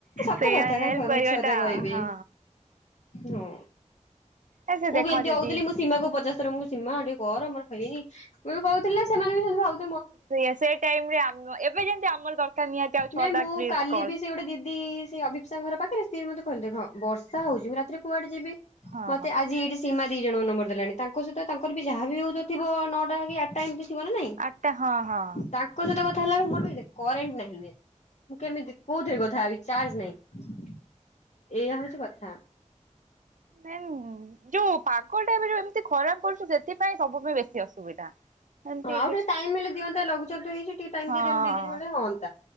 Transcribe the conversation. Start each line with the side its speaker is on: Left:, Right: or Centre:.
Left: ସତ
Right: ସେଇଆ
Left: କଥା
Right: ହେଲ୍ପ
Left: କାହିଁ
Right: କରିବାଟା
Left: ମିଛ କଥା କହିବି
Right: ହଁ
Left: ହଁ।
Right: ଏ ସେ
Left: ମୁଁ
Right: ଦେଖ
Left: ବି ଏମିତି
Right: ଯଦି
Left: ହଉଥିଲି ମୁଁ ସୀମା କୁ ପଚାଶ ଥର ମୁଁ କ ସୀମା ଟିକିଏ କର ମୋର ହେଇନି ମୁ କହୁଥିଲା ସେମାନେ ବି ସେମତି ଭାବଥିଲେ
Right: ସେୟା ସେ ଟାଇମରେ ଆମେଏବେ ଯେମତି ଆମର ଦରକାର ନିହାତି ଆଉ ଛଅଟା
Left: ନାଇଁ ମୁଁ
Right: ପ୍ଲିଜ
Left: କାଲି
Right: କଲ
Left: ବି ସେ ଗୋଟେ ଦିଦି ସେଇ ଅଭିପ୍ସାଙ୍କର ପାଖରେ ସିଏ ବି ମତେ କହିଲେ ଖ ବରସା ହଉଛି ମୁଁ ରାତିରେ କୁଆଡେ ଯିବି
Right: ହଁ
Left: ମତେ
Right: ହଁ
Left: ଆଜି ଏଇଠି ସୀମା ଦି ଜଣଙ୍କ ନମ୍ବର ଦେଲାଣି ତାଙ୍କ ସହିତ ତାଙ୍କର ବି ଯାହା ବି ହଉ ତ ଥିବ ନଅଟା କି ଆ ଟାଇମ ଟି ଥିବ ନା ନାଇଁ
Right: ଆଠଟା ହଁ ହଁ
Left: ତା କ ସହିତ କଥା ହେଲା ବେଳକୁ ମୋର ବି ଦେଖେ କରେଣ୍ଟ ନାହିଁ ମୁଁ କେମିତି କୋଉଥିରେ କଥା ହେବି ଚାର୍ଜ ନାହିଁ ଏଇଆ ହଉଛି କଥା
Right: ନାଇ ଉ ଯୋଉ ପାଗଟା ଏବେ ଯୋଉ ଏମିତି ଖରାପ କରୁଛୁ ସେଥିପାଇଁ ସବୁ ପାଇଁ ବେଶୀ ଅସୁବିଧା ଏମିତି
Left: ହଉ
Right: କିଛି
Left: ଟିକ ଟାଇ ହେଲେ ଦିନ୍ତା ଲଘୁଚାପ ତ ହେଇଛି ଟିକେ ଟାଇି
Right: ହଁ।
Left: ଦି ଖଣ୍ଡ ହଅନ୍